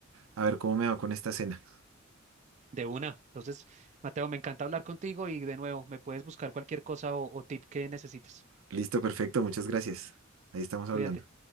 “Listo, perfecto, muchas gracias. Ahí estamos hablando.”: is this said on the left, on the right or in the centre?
Right